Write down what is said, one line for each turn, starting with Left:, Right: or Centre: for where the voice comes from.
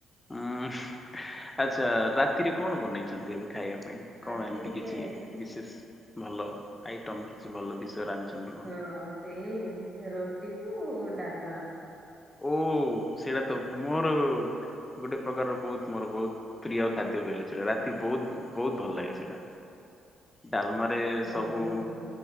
Left: ହୁଁ ଆଚ୍ଛା ରାତିରେ କଣ ବନେଇଛନ୍ତି ଏବେ ଖାଇବା ପାଇଁ। କଣ
Right: ଆଜି
Left: ଏମିତି
Right: ଟିକେ
Left: କିଛି ବିଶେଷ ଭଲ ଆଇଟମ କିଛି ଭଲ ବିଷୟରେ ରାନ୍ଧଚନ୍ତି କି।
Right: ହଁ ସେଇ ରୁଟି କୁ ଡାଲମା।
Left: ଓ ସେଇଟା ତ ମୋର ଗୋଟେ ପ୍ରକାରର ବହୁତ୍ ମୋର ବହୁତ୍ ପ୍ରିୟ ଖାଦ୍ୟ କହିଲେ ରାତି ବହୁତ୍ ବହୁତ୍ ଭଲ ଲାଗେ ସେଇଟା। ଡାଲମାରେ
Right: ଭଲ
Left: ସବୁ
Right: ଭଲ